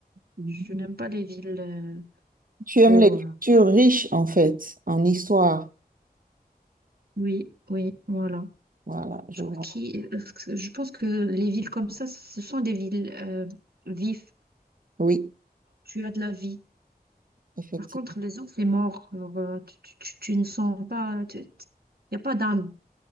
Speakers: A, on the right (about 60°); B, on the right (about 80°).
A: Mhm.
B: Je n'aime pas les villes euh,
A: Tu
B: trop...
A: aimes les cultures
B: euh,
A: riches, en fait, en histoire.
B: oui, oui, voilà.
A: Voilà, je
B: Je,
A: vois.
B: crois qu'il- parce que je pense que les villes comme ça, ce sont des villes euh, vives.
A: Oui,
B: Tu as de la vie.
A: effectivement.
B: Par contre, les autres, c'est mort. Genre, euh, tu, tu, tu- tu ne sens pas, il n'y a pas d'âme.